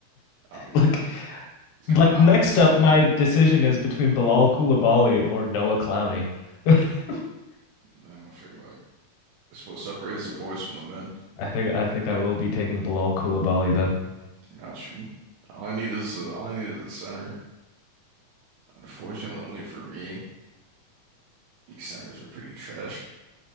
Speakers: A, on the right; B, on the left.
A: I mean,
B: Look, <laughs>
A: it's kind
B: Like
A: of obvious,
B: next
A: isn't
B: up, my
A: it?
B: decision is between Bilal Coulibaly or Noah Clowney. <laughs>
A: Man, I feel like it's what separates the boys from the men.
B: I think I think I will be taking Bilal Coulibaly though.
A: Not you. All I need is a, all I need is a center. Unfortunately for me, these centers are pretty trash.